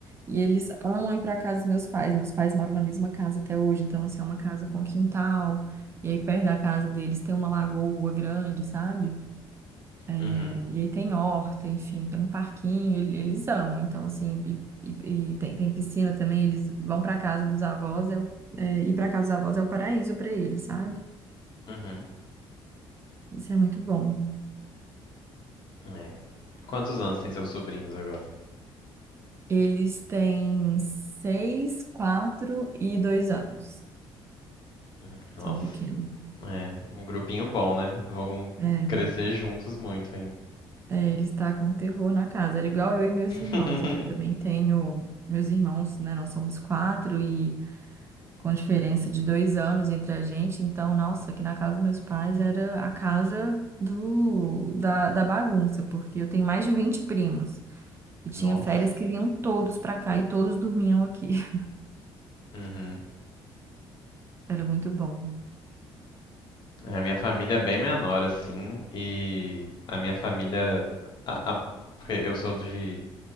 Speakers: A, on the right; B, on the left.
A: e eles amam ir para casa dos meus pais. Meus pais moram na mesma casa até hoje, então assim, é uma casa com quintal. E aí perto da casa deles tem uma lagoa grande, sabe?
B: Uhum,
A: É, E aí tem horta, enfim, tem um parquinho, ele- eles amam. Então assim, e, e- e tem, tem piscina também, eles vão para casa dos avós, é, o- é, ir para casa dos avós é o paraíso para eles, sabe?
B: uhum,
A: Isso é muito bom.
B: é. Quantos anos tem seus sobrinhos agora?
A: Eles têm seis, quatro e dois anos.
B: Uhum, Nossa,
A: São pequenos.
B: é, um grupinho bom, né? Vão
A: É,
B: crescer juntos muito, hein?
A: é, ele está com terror na casa. Era igual eu e meus irmãos
B: <laughs>
A: aqui. Eu também tenho meus irmãos, né? Nós somos quatro e com diferença de dois anos entre a gente. Então, nossa, aqui na casa dos meus pais era a casa do da, da bagunça, porque eu tenho mais de 20 primos e tinha
B: Nossa.
A: férias que vinham todos para cá e todos dormiam aqui. <laughs>
B: Uhum.
A: Era muito bom.
B: É, a minha família é bem menor, assim, e a minha família. a- a- porque eu sou de,